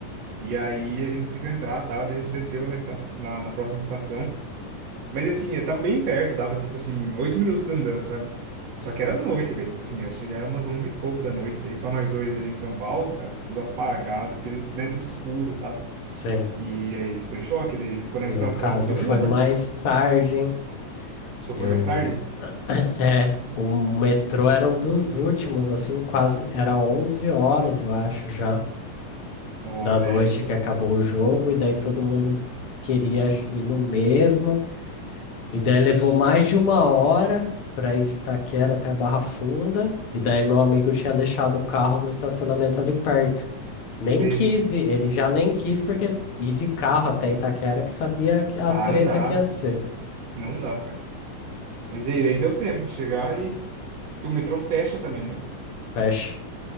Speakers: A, on the right (about 55°); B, on the left (about 45°).
A: E aí a gente conseguiu entrar, tá? Daí a gente desceu na, esta- na, na próxima estação. Mas assim, eu tava bem perto, dava tipo assim, oito minutos andando, sabe? Só que era noite, velho. Tipo assim, acho que era umas onze e pouco da noite. Aí só nós dois ali em São Paulo, cara, tudo apagado, aquele, né, tudo escuro e tal.
B: sim.
A: E aí a gente ficou em choque, daí a gente ficou na
B: O
A: estação
B: meu caso
A: e pediu
B: foi
A: um Uber.
B: mais tarde, hein?
A: Se eu
B: Eu.
A: for mais tarde?
B: <clears throat> É, o metrô era um dos últimos, assim, quase. Era 11 horas, eu acho, já,
A: Ó,
B: da noite
A: é, então.
B: que acabou o jogo, e daí todo mundo queria j- ir no mesmo. E daí levou
A: Ixi,
B: mais de uma hora pra ir de Itaquera até a Barra Funda. E daí meu amigo tinha deixado o carro no estacionamento ali perto. Nem
A: sei.
B: quis, ir, ele já nem quis, porque s- ir de carro até Itaquera que sabia que a
A: Ah,
B: treta
A: não dá.
B: que ia ser.
A: Não dá, cara. Mas aí, daí deu tempo de chegar e. Porque o metrô fecha também, né?
B: Fecha.